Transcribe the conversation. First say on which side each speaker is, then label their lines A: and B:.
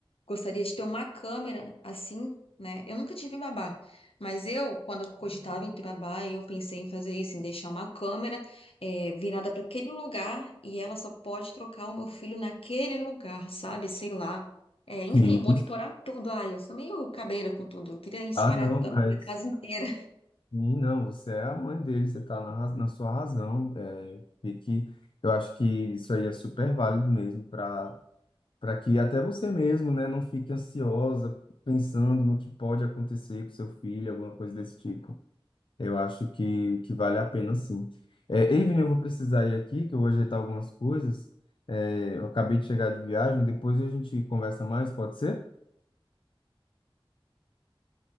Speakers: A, on the left; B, on the left.
A: gostaria de ter uma câmera assim, né? Eu nunca tive babá, mas eu, quando eu cogitava em ter babá, eu pensei em fazer isso, em deixar uma câmera eh, virada para aquele lugar e ela só pode trocar o meu filho naquele lugar, sabe? Sei lá. Eh, enfim,
B: Sim.
A: monitorar tudo. Ai, eu sou meio cabreira com tudo. Eu queria espalhar
B: Ah, não,
A: a câmera
B: mas
A: na casa inteira.
B: sim, não, você é a mãe dele, você tá na, raz- na sua razão. É, e que eu acho que isso aí é super válido mesmo para para que até você mesmo, né, não fique ansiosa pensando no que pode acontecer com seu filho, alguma coisa desse tipo. Eu acho que, que vale a pena, sim. É, Evelyn, eu vou precisar ir aqui, que eu vou ajeitar algumas coisas. É, eu acabei de chegar de viagem, depois a gente conversa mais, pode ser?